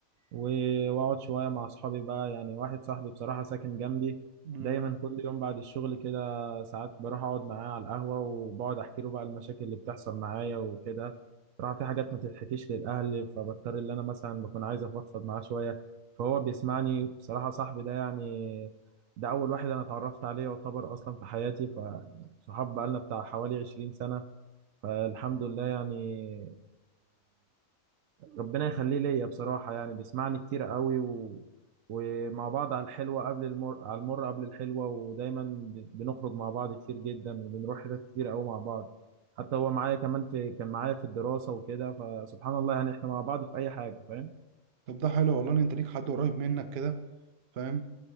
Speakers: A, on the right; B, on the right.
A: و- واقعد شويه مع اصحابي بقى يعني واحد صاحبي بصراحه ساكن جنبي
B: مم.
A: دايما كل يوم بعد الشغل كده ساعات بروح اقعد معاه على القهوه وبقعد احكي له بقى المشاكل اللي بتحصل معايا وكده بصراحه في حاجات ما تتحكيش للاهل فبضطر ان انا مثلا بكون عايز افضفض معاه شويه فهو بيسمعني بصراحه صاحبي ده يعني ده اول واحد انا اتعرفت عليه يعتبر اصلا في حياتي فصحاب بقالنا بتاع حوالي 20 سنه فالحمد لله يعني ربنا يخليه ليا بصراحة يعني بيسمعني كتير قوي و... ومع بعض على الحلوة قبل المر على المر قبل الحلوة ودايما ب- بنخرج مع بعض كتير جدا وبنروح حتت كتير قوي مع بعض حتى هو معايا كمان في كان معايا في الدراسة وكده فسبحان الله يعني احنا مع بعض في أي حاجة فاهم
B: طب ده حلو والله إن انت ليك حد قريب منك كده فاهم